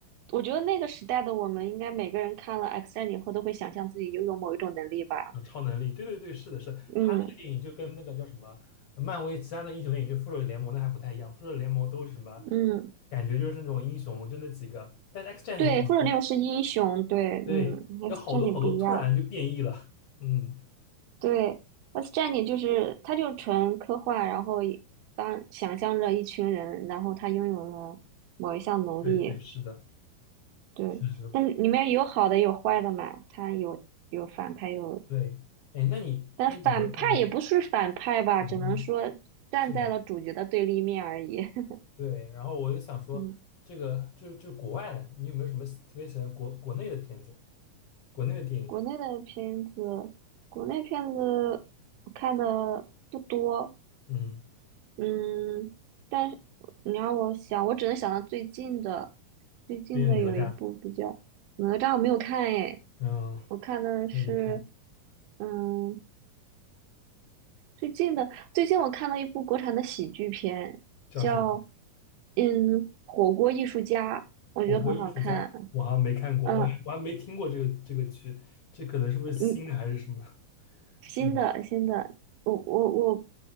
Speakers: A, on the right (about 85°); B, on the left (about 55°).
A: 我觉得那个时代的我们，应该每个人看了《X 战警》后都会想象自己拥有某一种能力吧。
B: 呃超能力，对对对，是的是的，
A: 嗯
B: 他那个电影就跟那个叫什么漫威其他的英雄电影，就复仇者联盟那还不太一样，复仇者联盟都是什么，
A: 嗯。
B: 感觉就是那种英雄就那几个，但是 X 战警就感觉
A: 对，复仇者联盟是英雄，对，
B: 对，
A: 嗯，X
B: 有好多好多突然就变异了，
A: 战警不一样，
B: 嗯，
A: 对，X 战警就是它就纯科幻，然后一当想象着一群人，然后他拥有了某一项能力，
B: 对对，是的，
A: 对，
B: 是是，
A: 但里面有好的有坏的嘛，他有有反派有，
B: 对，哎，那你那你有没有看过？
A: 但反派也不是反派吧，
B: 嗯，
A: 只能说站在了主角的对立面而已。
B: 是的，
A: <laughs>
B: 对，然后我就想说，
A: 嗯，
B: 这个这这国外的，你有没有什么喜特别喜欢国国内的片子，国内的电影？
A: 国内的片子，国内片子我看的不多，
B: 嗯，
A: 嗯，但是你让我想，我只能想到最近的，最近的有一部比较哪吒我没有看诶，
B: 那个哪吒，嗯，
A: 我看的是，
B: 又没看。
A: 嗯，最近的最近我看了一部国产的喜剧片，
B: 叫什么
A: 叫嗯火锅艺术家，我觉得很好看。
B: 火锅艺术家，我好像没看过，
A: 嗯，
B: 我还我还没听过这个这个剧，这可能是不是新的还是什么？
A: 嗯，新的新的，
B: 嗯，
A: 我我我，